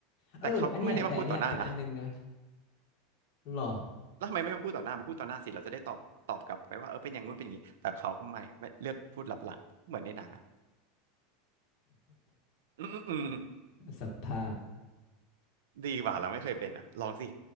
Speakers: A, on the left; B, on the right.
A: เอออันเนี้ยแต่อันเนี้ยเป็นอันนึงนะ
B: แต่เขาก็ไม่ได้มาพูดต่อหน้านะ
A: หรอ
B: แล้วทำไมไม่มาพูดต่อหน้ามาพูดต่อหน้าสิเราจะได้ตอบตอบกลับไปว่าเออเป็นอย่างงู้นเป็นอย่างงี้แต่เขาก็ไม่ไม่เลือกพูดลับหลังเหมือนในหนังอะอืม
A: สภาพ
B: ดีกว่าเราไม่เคยเป็นอ่ะลองสิ